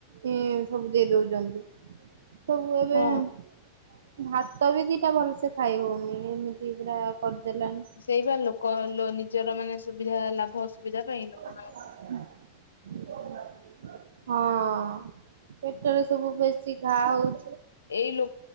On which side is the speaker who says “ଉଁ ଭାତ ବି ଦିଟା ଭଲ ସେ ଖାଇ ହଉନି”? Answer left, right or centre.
Right